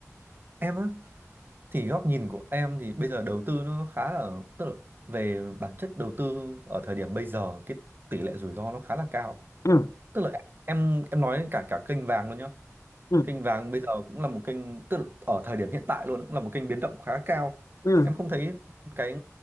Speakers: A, on the right (about 40°); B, on the left (about 70°).
A: em á thì góc nhìn của em thì bây giờ đầu tư nó khá là tức là về bản chất đầu tư ở thời điểm bây giờ cái tỷ lệ rủi ro nó khá là cao
B: ừ
A: tức là em em nói cả cả kênh vàng luôn nhá
B: ừ
A: kênh vàng bây giờ cũng là một kênh tức là ở thời điểm hiện tại luôn cũng là một kênh biến động khá cao
B: ừ
A: em không thấy cái